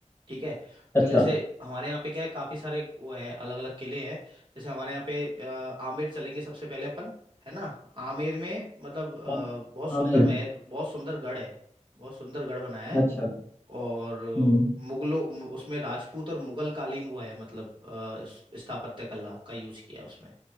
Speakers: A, on the right; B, on the left.
A: ठीक है
B: अच्छा
A: तो जैसे हमारे यहाँ पे क्या है काफी सारे वो है अलग अलग किले हैं जैसे हमारे यहाँ पे अ, आमेर चलेंगे सबसे पहले अपन है ना आमेर में मतलब अ,
B: हाँ
A: बहुत सुंदर
B: हाँ, मैं
A: महल बहुत सुंदर गढ़ है बहुत सुंदर गढ़ बनाया है
B: अच्छा
A: और
B: हम्म
A: मुगलों मु- उसमें राजपूत और मुगल कालीन वो है मतलब अ, स- स्थापत्य कला का यूज किया है उसमें